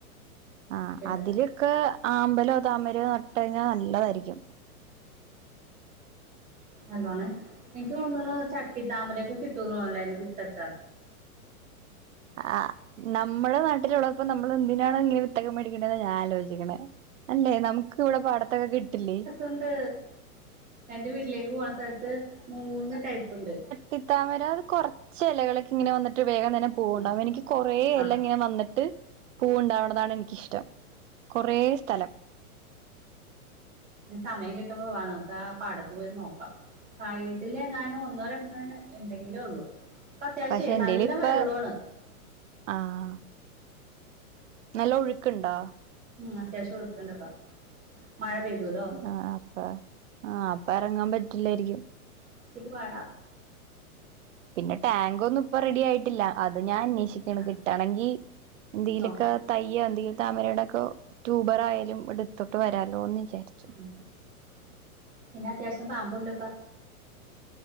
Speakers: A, on the right (about 55°); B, on the right (about 20°).
A: ആഹ്
B: കിട്ടും
A: അതിലൊക്കെ
B: കിട്ടും
A: ആഹ് അതിലൊക്കെ അമ്പലോ താമരയോ നട്ടഴിഞ്ഞാ നല്ലതായിരിക്കും
B: നല്ലോണേ എനിക്ക് തോന്ന ചട്ടി താമരയൊക്കെ കിട്ടൂ തോന്നല്ലോ അതിന്റെ വിത്തക്കെ
A: ആ നമ്മുടെ നാട്ടിലുള്ളപ്പോ നമ്മൾ എന്തിനാണ ഇ വിത്തകേ മേടിക്കേണ്ടെന്ന ഞാൻ ആലോചിക്കണേ അല്ലേ നമുക്ക് ഇവിടെ പാടത്തൊക്കെ കിട്ടില്ലേ
B: ണ്ട് എന്റെ വീട്ടിലേക്ക് പോകണ സ്ഥലത്ത് മൂന്ന് ടൈപ്പുണ്ട്
A: തിത്താമര അത് കുറച്ച് ഏലകളൊക്കെ ഇങ്ങനെ വന്നിട്ട് വേഗം തന്നെ പൂവിണ്ടാവും
B: ആ
A: എനിക്ക് കുറേ
B: ആ
A: എല ഇങ്ങനെ വന്നി ട്ട് പൂ ഇണ്ടാവുന്നതാണ് എനിക്കിഷ്ടം കൊറേ സ്ഥലം
B: സമയം കിട്ടുമ്പോ വ നമുക്ക് ആ പാടത്ത് പോയി നോക്കാം സൈഡില് എങ്ങാനോ ഒന്നോ രണ്ടോ ഉണ്ടെങ്കിലേ ഉള്ളു ഇപ്പൊ അത്യാവശ്യേ
A: പക്ഷെ എന്റെൽ
B: നല്ല
A: ഇപ്പ
B: വെള്ളോണ്
A: ആഹ് നല്ല ഒഴുക്ക്ണ്ടാ
B: ഉം അത്യാവശ്യം ഒഴ്ക്കിണ്ടിപ്പാ മഴ പെയ്തുല്ലോ
A: ആഹ് അപ്പ ആഹ് അപ്പ എറങ്ങാൻ പറ്റില്ലായിരിക്കും
B: ച്ചിരി പാട
A: പിന്നെ ടാങ്ക് ഒന്നും ഇപ്പൊ റെഡി ആയിട്ടില്ല അത് ഞാൻ അന്വേഷിക്കണ
B: ആ
A: കിട്ടുകയാണെങ്കിൽ എന്തലൊക്കെ-
B: നോക്കാം
A: തയ്യോ എന്തെങ്കിലും താമരേടൊക്കെ ട്യൂബർ ആയാലും എടുത്തോട്ട് വരാലൊ എന്ന് വിചാരിച്ചു
B: ഉ പിന്നെ അത്യാവശ്യം പാമ്പുണ്ട്പ്പ-